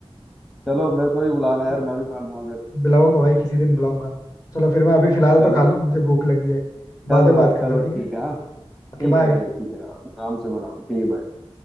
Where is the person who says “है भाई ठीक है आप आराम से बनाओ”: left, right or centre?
Centre